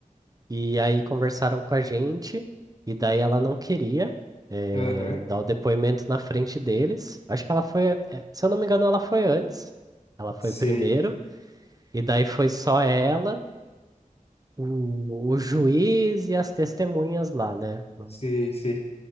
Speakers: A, on the right; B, on the left.
A: e aí conversaram com a gente, e daí ela não queria eh,
B: Aham.
A: dar o depoimento na frente deles. Acho que ela foi, eh, se eu não me engano, ela foi antes, ela foi
B: Sei,
A: primeiro, e daí foi só ela, o, o juiz e as testemunhas lá, né, no,
B: sei, sei.